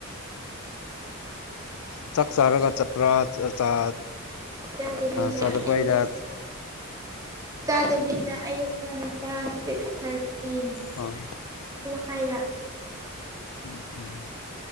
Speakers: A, on the left (about 75°); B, on the right (about 15°).
A: ꯆꯥꯛ ꯆꯥꯔꯒ ꯆꯄ꯭ꯔꯥ ꯆ
B: ꯆꯥꯗꯕꯤꯗ
A: ꯆꯗꯨꯄꯩꯖꯖ
B: ꯑꯌꯨꯛ ꯆꯥꯗꯕꯤꯗ ꯑꯌꯨꯛ ꯉꯟꯇꯥ ꯁꯤꯛꯁ ꯊꯥꯔꯇꯤ
A: ꯑ
B: ꯐꯥꯏꯗ
A: ꯎ ꯎꯝ